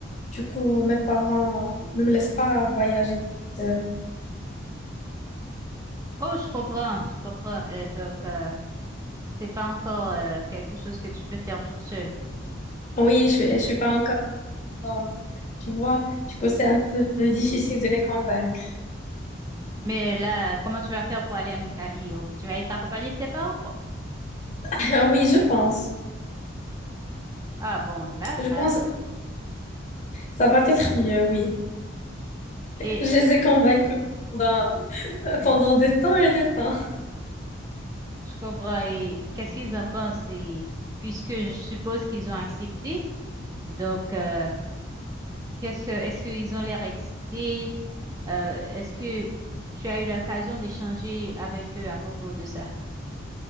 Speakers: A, on the left; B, on the right.
A: Du coup, mes parents ne me laissent pas voyager seule.
B: Oh, je comprends, je comprends. Euh, donc, euh, c'est pas encore euh, quelque chose que tu peux faire toute seule.
A: Ah Oui, je suis, je suis pas encore grande, tu vois. Du coup, c'est un peu difficile de les convaincre.
B: Mais là, comment tu vas faire pour aller en Italie? Oh, Tu vas être accompagnée de tes parents, quoi?
A: <laughs> Oui, je pense.
B: Ah bon, là,
A: Je
B: ça...
A: pense que ça va être mieux, oui.
B: Et
A: Je les ai convaincus pendant, pendant des temps et des temps.
B: je comprends. Et qu'est-ce qu'ils en pensent? Et puisque je suppose qu'ils ont accepté, donc, euh, qu'est-ce, est-ce qu'ils ont l'air excités? Euh, est-ce que tu as eu l'occasion d'échanger avec eux à propos de ça?